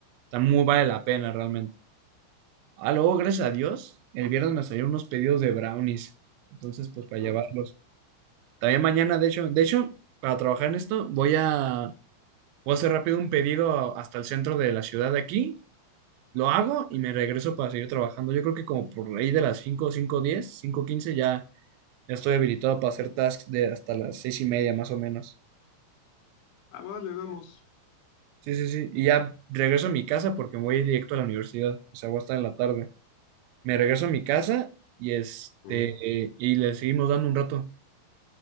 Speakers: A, on the right; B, on the left.
A: también muy vale la pena realmente. Ah, luego, gracias a Dios, el viernes me salieron unos pedidos de brownies. Entonces, pues para
B: Ajá.
A: llevarlos. También mañana, de hecho, de hecho, para trabajar en esto, voy a, voy a hacer rápido un pedido hasta el centro de la ciudad de aquí Lo hago y me regreso para seguir trabajando. Yo creo que como por ahí de las cinco 5 diez 5 15 ya ya estoy habilitado para hacer tasks de hasta las seis y media más o menos.
B: Ah, vale, damos.
A: Sí, sí, sí. Y ya regreso a mi casa porque voy directo a la universidad. O sea, voy a estar en la tarde. Me regreso a mi casa y este
B: Mm,
A: y le seguimos dando un rato.